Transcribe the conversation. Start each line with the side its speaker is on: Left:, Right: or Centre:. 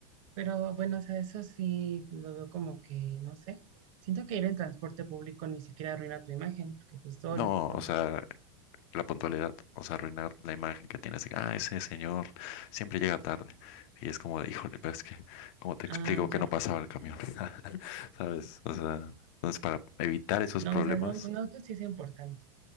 Right: Pero bueno, o sea, eso sí lo veo como que, no sé, siento que ir en transporte público ni siquiera arruina tu imagen, porque pues todo
Left: No,
Right: lo ocupamos.
Left: o sea, la puntualidad, o sea, arruinar la imagen que tienes. de que, Ah, ese señor siempre llega tarde. Y es como de, híjole, pero es que, ¿cómo te explico
Right: Ah,
Left: que
Right: ya.
Left: no pasaba el camión? <laughs> ¿Sabes? O sea, entonces para evitar esos
Right: No,
Left: problemas.
Right: o sea, un, un auto sí es importante,